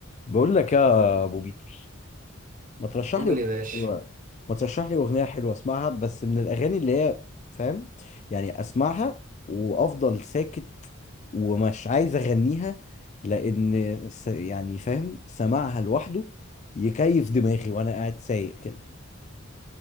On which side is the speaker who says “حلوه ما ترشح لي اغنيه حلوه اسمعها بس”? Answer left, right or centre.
Left